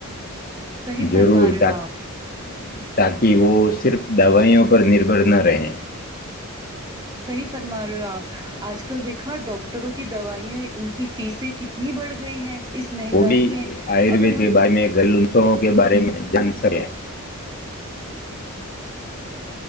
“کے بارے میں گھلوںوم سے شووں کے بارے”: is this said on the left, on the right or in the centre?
Left